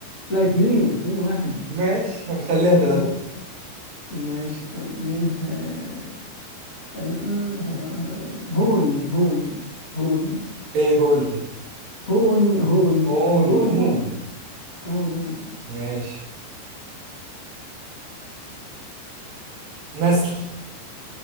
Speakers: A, on the left (about 55°); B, on the right (about 65°).
A: لا اتنين اتنين واحد
B: ماشي هنخليها ثلاثة
A: اتنين
B: دي.
A: ماشي طيب ايه آه آه آه، آه، هون هون هون
B: ايه هول دي
A: هون هون
B: اون
A: اللي هو الهون
B: نون
A: اه نون
B: ماشي نسل